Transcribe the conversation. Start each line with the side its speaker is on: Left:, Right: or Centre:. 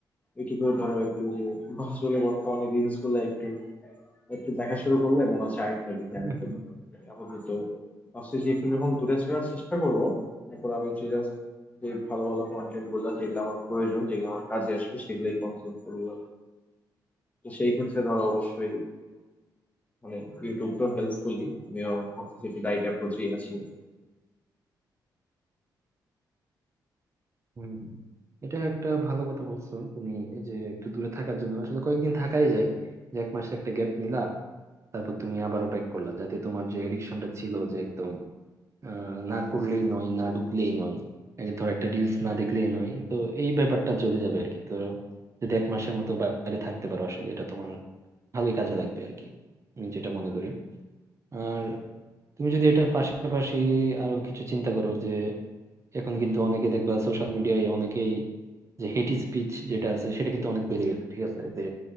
Left: ইউটিউবেও ধরো একটু যে আসলে বর্তমানে রিলস গুলো একটু একটু দেখা শুরু করলে মনে হচ্ছে আরেকটা দেখি
Right: হুম
Left: আরেকটা
Right: হুম
Left: দেখি আপাতত ভাবছি যে একটু যখন দূরে থাকার চেষ্টা করব এরপর আমি হচ্ছে জাস্ট যে ভালো ভালো কন্টেন্ট গুলো যেগুলো আমার প্রয়োজন যেগুলো আমার কাজে আসবে সেগুলোই কনজিউম করবো তো সেই ক্ষেত্রে ধরো অবশ্যই মানে ইউটিউব তো হেল্পফুলি আমিও ভাবতেছি একটু রাইট অ্যাপ্রোচেই আছি
Right: হুম হুম। এটা একটা ভালো কথা বলছো তুমি এই যে একটু দূরে থাকার জন্য আসলে কয়েকদিন থাকাই যায় যে এক মাসের একটা গ্যাপ নিলা তারপর তুমি আবারও ব্যাক করলা যাতে তোমার যে এডিকশনটা ছিল যে একদম আ না করলেই নয়, না ঢুকলেই নয়। এ ধর একটা রিলস না দেখলেই নয়। তো এই ব্যাপারটা চলে যাবে আরকি। তো যদি ১ মাসের মতো বাইরে থাকতে পারো আসলে এটা তোমার ভালোই কাজে লাগবে আরকি। আমি যেটা মনে করি। আর তুমি যদি এটার পাশাপাশি আরো কিছু চিন্তা করো যে এখন কিন্তু অনেকে দেখবা সোশ্যাল মিডিয়ায় অনেকেই যে হেট স্পিচ যেটা আছে সেটা কিন্তু অনেক বেড়ে গেছে। ঠিক আছে? যে